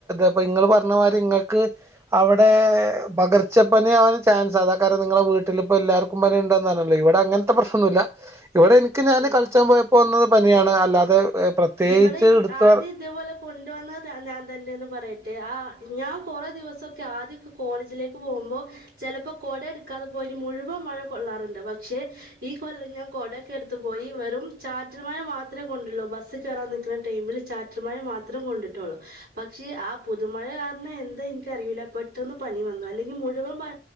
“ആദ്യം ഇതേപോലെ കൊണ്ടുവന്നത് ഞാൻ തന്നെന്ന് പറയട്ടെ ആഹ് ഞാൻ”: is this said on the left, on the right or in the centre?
Right